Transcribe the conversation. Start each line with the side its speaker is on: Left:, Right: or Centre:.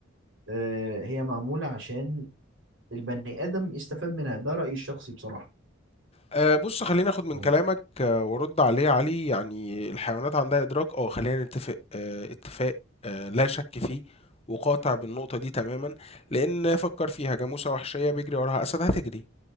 Right: آه، هي معمولة عشان البني آدم يستفاد منها ده رأيي الشخصي بصراحة
Left: آه، بص خليني اخد من
Right: مظبوط
Left: كلامك آه، وارد عليه يا علي يعني الحيوانات عندها ادراك اه خلينا نتفق آه، اتفاق آه، لا شك فيه وقاطع بالنقطة دي تماما لأن فكر فيها جاموسة وحشية بيجري وراها أسد هتجري